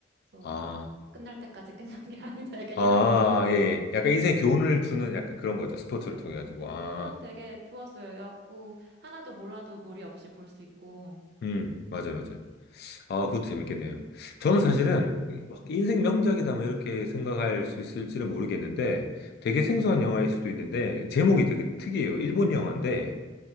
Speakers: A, on the right; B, on the left.
A: 그래서
B: 아,
A: 막 끝날 때까지 끝난 게 <laughs> 아니다. 약간
B: 아,
A: 이런 느낌으로.
B: 예, 예. 약간 인생에
A: 음,
B: 교훈을 주는 약간 그런 거죠. 스포츠를
A: 네.
B: 통해가지고.
A: 근데
B: 아,
A: 저는 되게 좋았어요. 야구 하나도 몰라도 무리 없이 볼 수 있고.
B: 음, 맞아요, 맞아요. 아, 그것도 재밌겠네요. 저는 사실은 이- 막 인생 명작이다 뭐 이렇게 생각할 수 있을지는 모르겠는데 되게 생소한 영화일 수도 있는데 제목이 되게 특이해요. 일본 영화인데